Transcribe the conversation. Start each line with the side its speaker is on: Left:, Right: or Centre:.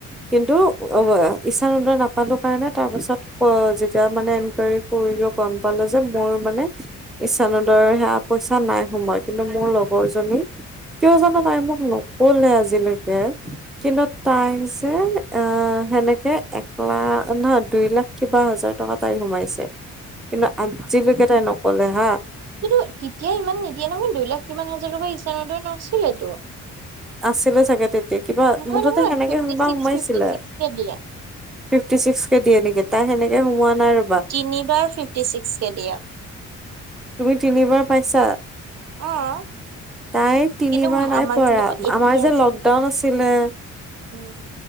Centre: কিন্তু অ' ইছান উদয় নাপালোঁ কাৰণে তাৰ পাছত অ যেতিয়া মানে এনকাৰী কৰিলো গম পালো যে মোৰ মানে ইছানুদয়ৰ সেয়া পইচা নাই সোময় কিন্তু মোৰ লগৰ জনী কিয় জানো তাই মোক নকলে আজিলৈকে কিন্তু তাই যে আহ সেনেকে এক লাখ নহয় দুই লাখ কিবা হাজাৰ টকা তাই সোমাইছে কিন্তু আজিলৈকে তাই নকলে হা।
Right: কিন্তু তেতিয়া ইমান নিদিয়ে নহয় দুই লাখ কিমান হাজাৰ টকা ইছাহনুদৈ নছিলেতো।
Centre: আছিলে চাগে তেতিয়া কিবা
Right: নহয়
Centre: মুঠতে
Right: নহয়
Centre: সেনেকে
Right: ফিফটি
Centre: সুনিবা
Right: ছিক্স
Centre: সোমাইছিলে।
Right: ফিফটি ছিক্স কে দিয়ে
Centre: ফিটি ছিক্ক কে দিয়ে নেকি তাই সেনে সোমোৱা নাই ৰ
Right: তিনিবাৰ ফিফটি ছিক্স কে দিয়ে।
Centre: তুমি তিনিবাৰ পাইছা?
Right: অ।
Centre: তাই তিনিবাৰ
Right: কিন্তু
Centre: নাই
Right: আমাক
Centre: পৰা,
Right: যেনিবা এতিয়া
Centre: আমাৰ যে লকডাউন আছিলে।
Right: উম,